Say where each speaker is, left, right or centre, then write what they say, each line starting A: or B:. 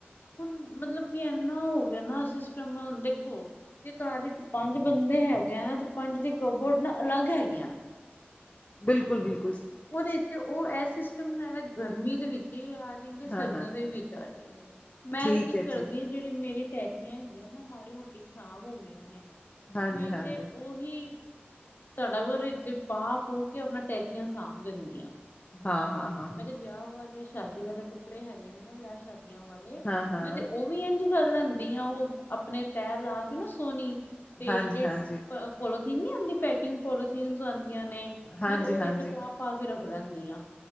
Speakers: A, on the left (about 55°); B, on the left (about 30°).
A: ਹੁਨ ਮਤਲਬ ਕਿ ਐਨਾ ਹੋ ਗਿਆ ਨਾ ਸਿਸਟਮ ਦੇਖੋ ਜੇ ਘਰ ਇਚ ਪੰਜ ਬੰਦੇ ਹੈਗੇ ਆ ਨਾ ਤੇ ਪੰਜ ਦੇ ਕਬੋਰਡ ਨਾ ਅਲੱਗ ਹੈਗੀਆਂ ਨੇ
B: ਬਿਲਕੁਲ-ਬਿਲਕਲ
A: ਉਦੇ ਚ ਉਹ ਏ ਸਿਸਟਮ ਬਨਾਇਆ ਦਾ ਗਰਮੀ ਦੇ ਵਿੱਚ ਈ ਆ ਜਾਏਗੇ ਸਰਦੀਆਂ
B: ਹਾਂ ਹਾਂ
A: ਦੇ ਵਿੱਚ ਆ ਜਾਏਗੇ। ਮੈਂ
B: ਠੀਕ
A: ਤੇ ਕੀ
B: ਹੈ
A: ਕਰਦੀ
B: ਠੀਕ ਹੈ
A: ਆ ਜੇੜੀ ਮੇਰੀ ਟੇਚੀਆਂ ਹੈਗੀਆਂ ਨਾ ਮਾੜੀ ਮੋਟੀ ਖਰਾਬ ਹੋ ਗਈਆਂ ਨੇ,
B: ਹਾਂਜੀ
A: ਮੈਂ
B: ਹਾਂਜੀ
A: ਤੇ ਓ ਉਹੀ <unintelligible> ਚ ਪਾ ਪੂ ਕੇ ਆਪਣਾ ਟੈਚੀਆਂ ਸਾਂਭ ਦਿੰਦੀ ਆਂ।
B: ਹਾਂ, ਹਾਂ, ਹਾਂ ਹਾਂ
A: ਮੈਂ ਤੇ ਵਿਆ ਵਾਲੇ ਸ਼ਾਦੀ ਵਾਲੇ ਕੱਪੜੇ ਹੈਗੇ ਨੇ ਨਾ ਵਿਆਹ ਸ਼ਾਦੀਆਂ ਵਾਲੇ
B: ਹਾਂ ਹਾਂ
A: ਮੈਂ ਤੇ ਉ ਈ ਇੰਝ ਕਰ ਲੈਂਦੀ ਆ ਉਹ ਆਪਣੇ ਤੈਅ ਲਾ ਕੇ ਨਾ ਸੋਣੀ ਤੇ
B: ਹਾਂਜੀ
A: ਜੇ
B: ਹਾਂਜੀ
A: ਪ ਅ ਪੋਲੋਥੀਨ ਨੀ ਆਂਦੀ ਪੈਕਿੰਗ ਪੋਲੋਥੀਨਜ਼ ਆਂਦੀਆਂ ਨੇ
B: ਹਾਂਜੀ
A: ਮੈਂ ਤੇ ਉਦੇ
B: ਹਾਂਜੀ
A: 'ਚ ਪਾ ਪਾ ਕੇ ਰੱਖ ਲੈਂਦੀ ਆ।